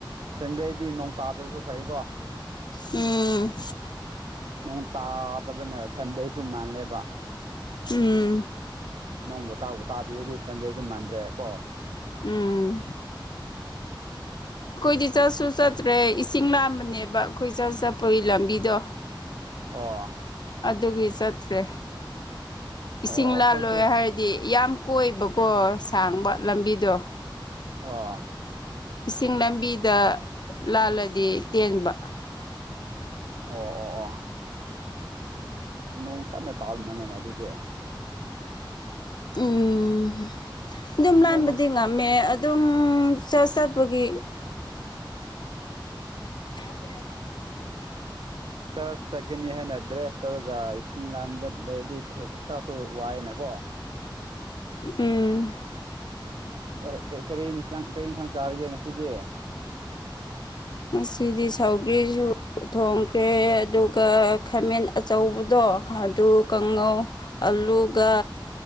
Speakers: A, on the right; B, on the left.
A: ꯁꯟꯗꯦꯗꯤ ꯅꯣꯡ ꯇꯥꯗ꯭ꯔꯁꯨ ꯐꯩꯀꯣ
B: ꯎꯝ
A: ꯅꯣꯡ ꯇꯥꯗꯕꯅ ꯁꯟꯗꯦꯁꯨ ꯃꯥꯜꯂꯦꯕ
B: ꯎꯝ
A: ꯅꯣꯡꯕꯨ ꯇꯥꯕꯨ ꯇꯥꯕꯤꯔꯗꯤ ꯁꯟꯖꯩꯁꯨ ꯃꯥꯟꯗ꯭ꯔꯦ ꯀꯣ꯫
B: ꯎꯝ ꯑꯩꯈꯣꯏꯗꯤ ꯆꯠꯁꯨ ꯆꯠꯇ꯭ꯔꯦ ꯏꯁꯤꯡ ꯂꯥꯝꯕꯅꯦꯕ ꯑꯩꯈꯣꯏ ꯆ꯭ꯔꯁ ꯆꯠꯄꯒꯤ ꯂꯝꯕꯤꯗꯣ
A: ꯑꯣ
B: ꯑꯗꯨꯒꯤ ꯆꯠꯇ꯭ꯔꯦ
A: ꯑꯣ
B: ꯏꯁꯤꯡ
A: ꯑꯩꯈꯣꯏꯁꯨ
B: ꯂꯥꯜꯂꯣꯏ ꯍꯥꯏ ꯗꯤ ꯌꯥꯝ ꯀꯣꯏꯕꯀꯣ ꯁꯥꯡꯕ ꯂꯝꯕꯤꯗꯣ
A: ꯑꯣ
B: ꯏꯁꯤꯡ ꯂꯝꯕꯤꯗ ꯂꯥꯜꯂꯗꯤ ꯇꯦꯟꯕ꯫
A: ꯑꯣ ꯑꯣ ꯑꯣ ꯅꯣꯡ ꯀꯟꯅ ꯇꯥ ꯃꯅꯦꯅꯦ ꯑꯗꯨꯗꯤ
B: ꯎꯝ ꯑꯗꯨꯝ
A: ꯅꯣꯡ
B: ꯂꯥꯟꯕꯗꯤ ꯉꯝꯃꯦ ꯑꯗꯨꯝ ꯆꯠꯄꯒꯤ <unintelligible>
A: ꯆꯔ ꯆꯠꯀꯅꯤ ꯍꯥꯏꯅ ꯗ꯭ꯔꯦꯁ ꯇꯧꯔꯒ ꯏꯁꯤꯡ ꯂꯥꯟꯕ ꯂꯩꯔꯗꯤ ꯆꯥꯁꯨ ꯋꯥꯏꯑꯅꯀꯣ
B: ꯎꯝ꯫
A: ꯍꯣꯏ ꯀꯔꯤ ꯌꯦꯟꯁꯥꯡ ꯀꯔꯤ ꯌꯦꯁꯥꯡ ꯆꯥꯔꯒꯦ ꯉꯁꯤꯗꯤ
B: ꯉꯁꯤꯗꯤ ꯁꯧꯒ꯭ꯔꯤꯁꯨ ꯊꯣꯡꯈ꯭ꯔꯦ ꯑꯗꯨꯒ ꯈꯥꯃꯦꯟ ꯑꯆꯧꯕꯗꯣ ꯑꯗꯨ ꯀꯥꯡꯉꯧ ꯑꯂꯨꯒ